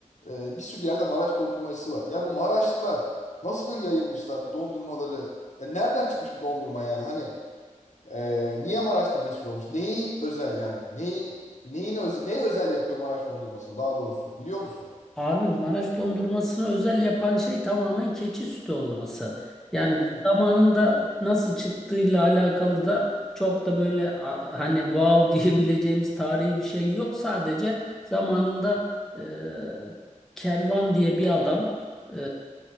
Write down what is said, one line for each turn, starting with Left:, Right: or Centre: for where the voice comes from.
Left: e, bir sürü yerde Maraş dondurmacısı var. Yani bu Maraşlılar nasıl böyle yayılmışlar bu dondurmaları? Ya nereden çıkmış bu dondurma yani? Hani e, niye Maraş'ta meşhur olmuş? Neyi özel yani? Neyi neyin özel, ne özel yapıyor Maraş dondurmasını daha doğrusu biliyor musun?
Centre: Abi Maraş dondurmasını özel yapan şey tamamen keçi sütü olması. Yani
Left: Hmm.
Centre: zamanında nasıl çıktığıyla alakalı da çok da böyle a- hani wow <laughs> diyebileceğimiz tarihi bir şey yok. Sadece zamanında e, Kervan diye bir adam e,